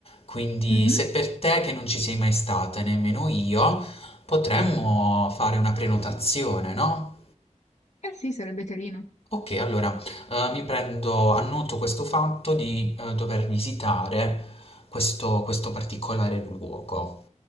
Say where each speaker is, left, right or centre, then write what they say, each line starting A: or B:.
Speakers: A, on the left; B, on the left.
A: Quindi
B: Mhm.
A: se per te che non ci sei mai stata, nemmeno io, potremmo fare una prenotazione, no?
B: Eh sì, sarebbe carino.
A: Ok, allora eh, mi prendo, annoto questo fatto di eh, dover visitare questo, questo particolare luogo.